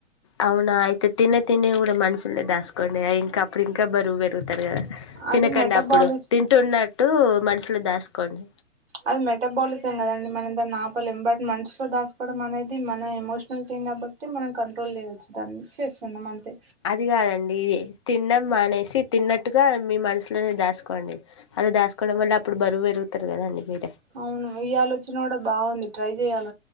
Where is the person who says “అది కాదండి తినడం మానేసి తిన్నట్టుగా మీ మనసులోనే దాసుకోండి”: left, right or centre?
Left